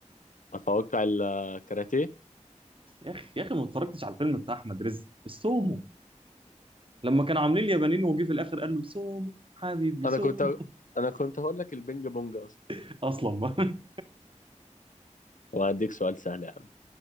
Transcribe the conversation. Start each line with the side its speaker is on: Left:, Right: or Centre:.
Left: أتوقع الكاراتيه
Right: يا اخي يا اخي ما اتفرجتش على الفيلم بتاع احمد رزق السومو لما كانوا عاملين اليابانيين وجي في الاخر قال له سومو حبيبي
Left: أنا
Right: سومو
Left: كنت أنا كنت هقول لك البينج بونج أصلا
Right: <laughs> اصلا بقى
Left: وهديك سؤال سهل يا عم